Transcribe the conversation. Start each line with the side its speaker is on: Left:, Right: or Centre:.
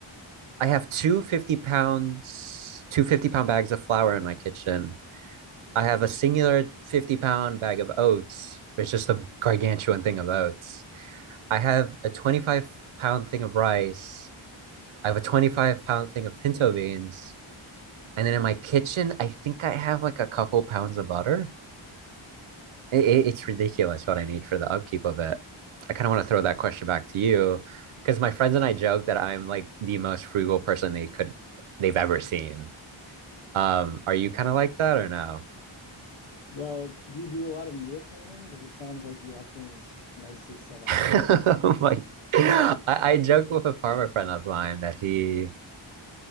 Right: I have two fifty pounds, two fifty pound bags of flour in my kitchen. I have a singular 50 pound bag of oats. It's just a gargantuan thing of oats. I have a 25 pound thing of rice. I have a 25 pound thing of pinto beans. And then in my kitchen, I think I have like a couple pounds of butter. It, it's ridiculous what I need for the upkeep of it. I kind of want to throw that question back to you because my friends and I joke that I'm like the most frugal person they could they've ever seen. Um, are you kind of like that or no?
Left: Well, do you do a lot of meal planning? Because it sounds like you have things nicely set up
Right: <laughs>
Left: to
Right: Like, I,
Left: or
Right: I joke with a farmer friend of mine that he